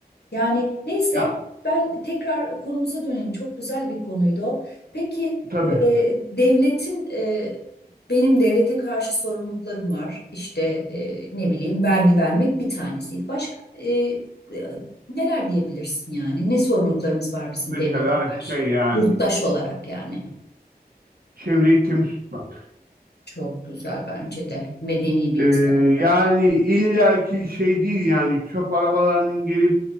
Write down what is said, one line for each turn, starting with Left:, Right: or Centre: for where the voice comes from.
Left: Yani neyse
Right: Ya
Left: ben tekrar konumuza dönelim. Çok güzel bir konuydu o. Peki
Right: tabii.
Left: e, devletin e, benim devlete karşı sorumluluklarım var. İşte e, ne bileyim vergi vermek bir tanesiydi. Başka e, e, neler diyebilirsin yani? Ne sorumluluklarımız var bizim
Right: Mesela
Left: devlete karşı?
Right: şey yani
Left: Yurttaş olarak yani.
Right: çevreyi temiz tutmak.
Left: Çok güzel bence de medeni bir
Right: Ee,
Left: insan olarak.
Right: yani illaki şey değil yani çöp arabalarının gelip